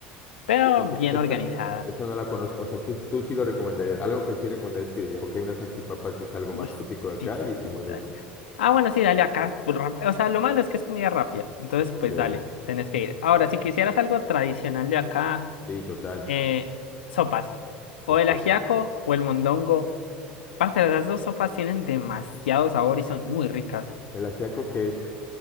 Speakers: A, on the left; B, on the left.
A: pero
B: Sí, porque
A: bien
B: esa,
A: organizadas.
B: esa no la conozco. O sea, tú, tú sí lo recomendarías. Algo que sí recomendarías es que, ok, una salchipapa sí es algo
A: Uy,
B: más típico de acá
A: sí, sí,
B: y,
A: sí,
B: y muy rico.
A: dale. Ah, bueno, sí, dale acá. pues, rap- O sea, lo malo es que es comida rápida. Entonces,
B: Ok.
A: pues dale, tenés que ir. Ahora, si quisieras algo tradicional de acá,
B: Sí, total.
A: eh, sopas.
B: Ok.
A: O el ajiaco o el mondongo. Parce, las dos sopas tienen demasiado sabor y son muy ricas.
B: ¿El ajiaco qué es?